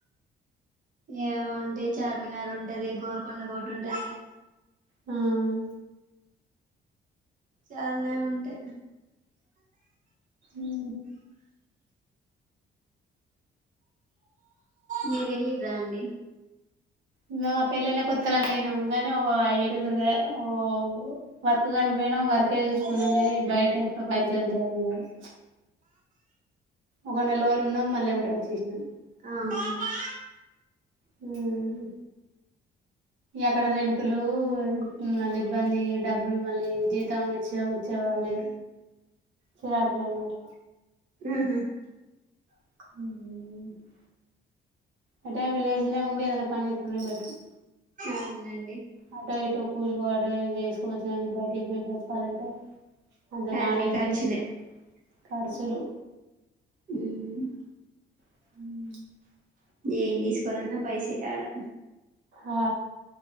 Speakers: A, on the right (about 40°); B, on the right (about 75°).
A: ఏ ఉంటే చార్మినార్ ఉంటది గోల్కోడ కోట ఉంటది
B: ఉమ్
A: చాలనే ఉంటై
B: ఉహు
A: మిరెల్లిర్రా అండి
B: ఇంగ ఆ పెళ్లైన కొత్త పోయినాం గానీ ఒక అయి ఎటు దిరుగాలే ఓ వర్క్ కాని పోయిన వర్కచూసుకున్నాం
A: ఆహా
B: కాని బయట ఎ పంచింతలో వయడం ఒక నెల రోజులు ఉన్నాం మళ్ళీ ఏమిటో వచ్చేసినాం
A: అవును
B: హ్మ్మ్ అక్కడ రెంటులు లు మళ్ళీ ఇబ్బంది డబ్బులు మళ్ళీ జీతం ఇచ్చే ఇచ్చేవాళ్ళు చిరాకులాఉన్నాడు
A: ఆహ
B: <inaudible> అంటే విలేజ్ లో ఉండి ఏదన్నా పని చేసుకుంటే బెటర్
A: అవునండి
B: అటో ఇటో కూలికోటో చేసుకోవచ్చు కానీ బయటికి పోయి బతకాలంటే అంత కనౌలెడ్జి
A: అన్ని ఖర్చులే
B: లేదు కర్సూలు
A: హ్మ్మ్
B: <inaudible>
A: ఏం తీసుకోలన్న పైసే అడా
B: ఆ